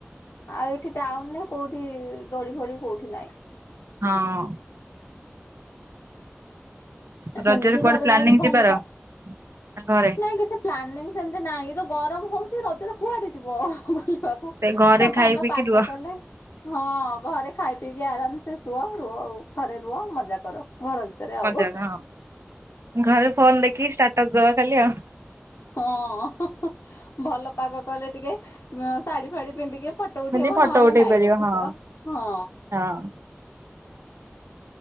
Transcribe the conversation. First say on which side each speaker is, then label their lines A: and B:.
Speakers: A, on the left (about 75°); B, on the right (about 75°).
A: ଆଉ ଏଠି ଟାଉନରେ କୋଉଠି ଦୋଳି ଫୋଳି କୋଉଠି ନହିଁ।
B: ହଁ। ରଜରେ
A: ସେମିତି
B: କୁଆଡେ
A: ଘରେ
B: ପ୍ଲାନିଂ
A: ରହିଲୁ ଭଲ
B: ଯିବାର
A: ପା
B: ନା ଘରେ?
A: ନାଇଁ କିଛି ପ୍ଲାନିଂ ସେମତି ନାହିଁ ତ ଗରମ ହଉଛି ରଜରେ କୁଆଡେ ଯିବ ବୁଲିବାକୁ।
B: ସେ ଘରେ
A: ନା
B: ଖାଇ
A: ଭଲ
B: ପିଇକି
A: ପାଗ
B: ରୁହ
A: କଲେ ହଁ ଘରେ ଖାଇ ପିଇକି ଆରାମସେ ଶୁଅ ରୁହ ଆଉ ଘରେ ରୁହ ମଜା କର ଘର ଭିତରେ
B: ମଜା
A: ଆଉ।
B: ହଁ। ଘରେ ଫୋନ ଦେଖି ଷ୍ଟାଟସ ଦେବା ଖାଲି ଆଉ।
A: ହଁ ଭଲ ପାଗ କଲେ ଟିକେ ଶାଢ଼ୀ ଫାଢ଼ି ପିନ୍ଧିକି ଫଟୋ ଉଠେଇବ
B: ଯଦି ଫଟୋ
A: ନହେଲେ
B: ଉଠେଇ
A: ନାଇଁ
B: ପାରିବ
A: ମଣିଷ
B: ହଁ
A: ହଁ।
B: ହଁ।